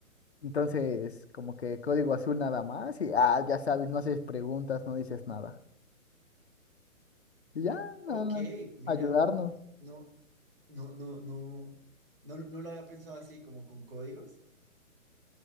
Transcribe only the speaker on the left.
Entonces, como que código azul nada más y, ah, ya sabes, no haces preguntas, no dices nada. Y ya,
nada más,
ayudarnos.